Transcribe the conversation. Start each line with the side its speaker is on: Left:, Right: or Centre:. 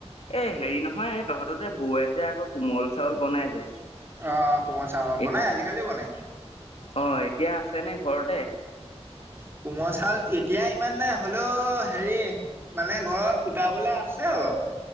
Left: এ হেৰি নহয় এই তহঁত যে বৌৱে যে আকৌ। কোমল চাউল বনাই যে।
Right: অ' অ' কোমল চাউল যে বনাই
Left: এ
Right: আজিকালি বনাই।
Left: অ' এতিয়া আছে নে ঘৰতে?
Right: কোমল চাউল এতিয়া ইমান নে হলেও হেৰি মানে ঘৰত কুটাবলে আছে অলপ